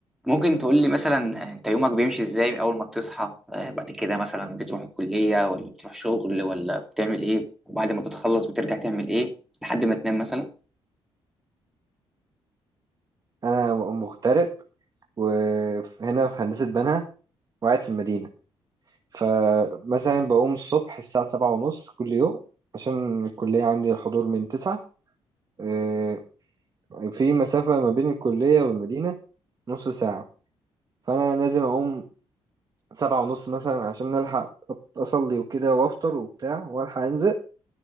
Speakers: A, in the centre; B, on the right (about 40°).
A: ممكن تقول لي مثلا انت يومك بيمشي ازاي اول ما بتصحى آه، بعد كده مثلا بتروح الكلية ولا بتروح شغل ولا بتعمل ايه وبعد ما بتخلص بترجع تعمل ايه لحد ما تنام مثلا
B: انا م- مغترب وهنا في هندسه بنها وقاعد في المدينه فمثلا بقوم الصبح الساعه سبعة ونص كل يوم عشان الكليه عندي الحضور من تسعة آه، في مسافه ما بين الكليه والمدينه نص ساعه فانا لازم اقوم سبعة ونص مثلا عشان الحق أط- اصلي وكده وافطر وبتاع والحق انزل